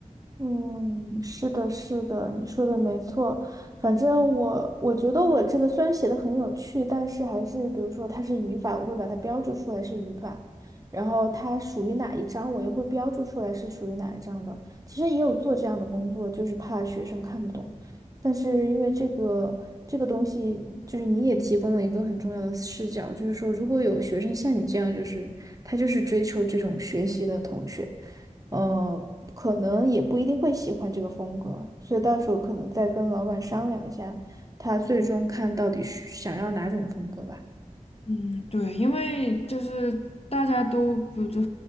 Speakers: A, on the right; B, on the left.
A: 嗯，是的，是的，你说的没错。反正我我觉得我这个虽然写的很有趣，但是还是比如说它是语法，我会把它标注出来是语法，然后它属于哪一章，我也会标注出来是属于哪一章的。其实也有做这样的工作，就是怕学生看不懂。但是因为这个这个东西，就是你也提供了一个很重要的视角，就是说如果有学生像你这样，就是他就是追求这种学习的同学。呃，可能也不一定会喜欢这个风格，所以到时候可能再跟老板商量一下，他最终看到底是想要哪种风格吧。
B: 嗯，对，因为就是大家都不就